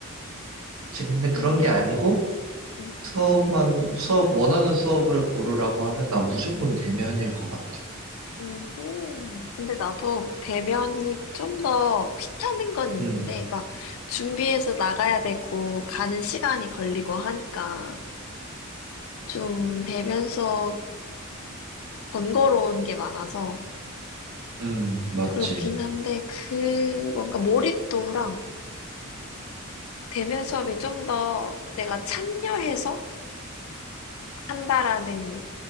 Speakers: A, on the right (about 75°); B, on the left (about 70°).
A: 그치. 근데
B: 그렇.
A: 그런 게 아니고,
B: 음.
A: 수업만, 수업, 원하는 수업을 고르라고 하면 난 무조건 대면일 것 같아.
B: 오호. 근데 나도 배면이 좀 더 귀찮은 건 있는데,
A: 음,
B: 막 준비해서 나가야 되고, 가는 시간이 걸리고 하니까, 좀 배면 수업이 번거로운 게 많아서,
A: 음, 맞지.
B: 그렇긴 한데, 그, 뭔가 몰입도랑 배면 수업이 좀 더 내가 참여해서 한다라는